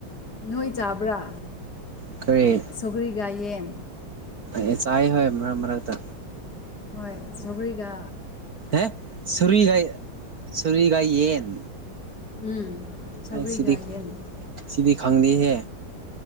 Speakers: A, on the left; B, on the right.
A: ꯅꯣꯏ ꯆꯥꯕ꯭ꯔꯥ
B: ꯀꯔꯤ
A: ꯁꯧꯒ꯭ꯔꯤꯒ ꯌꯦꯟ
B: ꯌꯦ ꯆꯥꯏ ꯍꯣꯏ ꯃꯔꯛ ꯃꯔꯛꯇ
A: ꯍꯣꯏ ꯁꯣꯒ꯭ꯔꯤꯒ
B: ꯑꯦ ꯁꯨꯔꯤꯒ ꯁꯨꯔꯤꯒ ꯌꯦꯟ
A: ꯎꯝ ꯁꯧꯒ꯭ꯔꯤꯒ
B: ꯑꯩ ꯁꯤꯗꯤ
A: ꯌꯦꯟ
B: ꯁꯤꯗꯤ ꯈꯪꯗꯦꯍꯦ